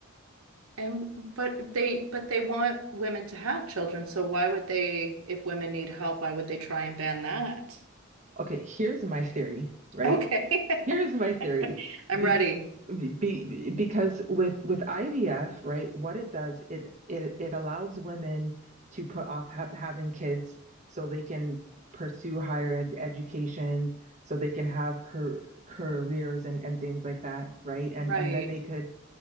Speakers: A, on the right (about 80°); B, on the right (about 35°).
A: And but they but they want women to have children, so why would they, if women need help, why would they try and ban that?
B: Okay, here's my theory, right?
A: Okay.
B: Here's my theory.
A: <laughs> I'm
B: Be,
A: ready.
B: be, because with with IVF, right, what it does, it it it allows women to put off ha having kids so they can pursue higher ed education, so they can have car careers and and things like that, right? And
A: Right.
B: and then they could